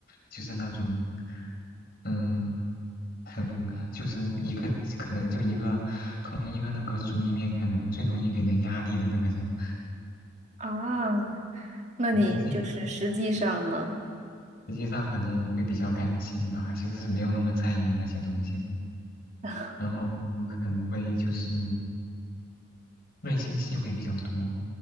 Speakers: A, on the left; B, on the right.
A: 就是那种，嗯，很就是一个可能就一个同一个那个组里面可能最容易给人压力的那个人，
B: 啊，那你就是实际上呢？
A: 可能是这样。实际上，可能我会比较感性吧，其实是没有那么在意那些东西的。
B: <laughs>
A: 然后我可能会就是内心戏会比较多。